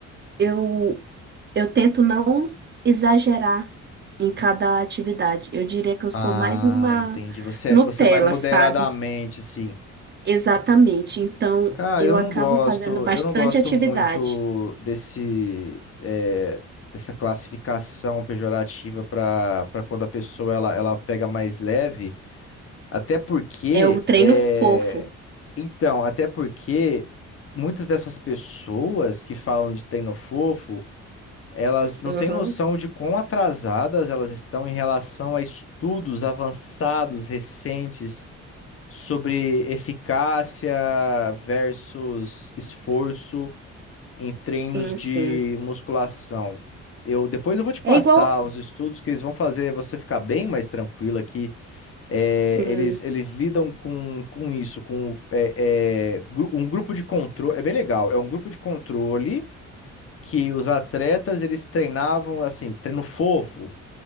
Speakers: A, on the right (about 35°); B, on the left (about 45°).
A: eu eu tento não exagerar em cada atividade. Eu diria que eu sou
B: Ah,
A: mais uma
B: entendi. Você,
A: Nutella,
B: você vai moderadamente,
A: sabe?
B: assim.
A: Exatamente. Então,
B: Cara,
A: eu
B: eu não
A: acabo
B: gosto,
A: fazendo bastante
B: eu não gosto
A: atividade.
B: muito desse, é, dessa classificação pejorativa para para quando a pessoa ela, ela pega mais leve, até porque
A: É o treino
B: é,
A: fofo.
B: então, até porque muitas dessas pessoas que falam de treino fofo, elas não
A: Aham.
B: têm noção de quão atrasadas elas estão em relação a estudos avançados recentes sobre eficácia versus esforço em treinos
A: Sim,
B: de
A: sim.
B: musculação. Eu depois eu vou te passar
A: É igual,
B: uns estudos que eles vão fazer você ficar bem mais tranquilo aqui. É,
A: Sim,
B: eles, eles lidam com, com isso, com é, é, gru- um grupo de controle. É bem legal. É um grupo de controle que os atletas eles treinavam assim, treino fofo.